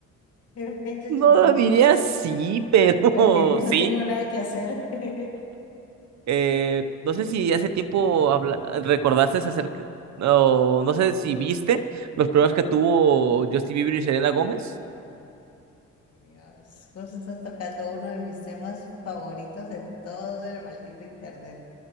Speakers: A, on the left; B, on the right.
A: <laughs> ¿Me he hecho
B: no
A: chismosa?
B: diría sí, pero <laughs>
A: Aunque no
B: sí.
A: tengo nada que hacer. <laughs>
B: Eh, no sé si hace tiempo habla- recordaste acerca, no, no sé si viste los problemas que tuvo Justin Bieber y Selena Gómez.
A: Dios, justo estás tocando uno de mis temas favoritos en todo el maldito internet.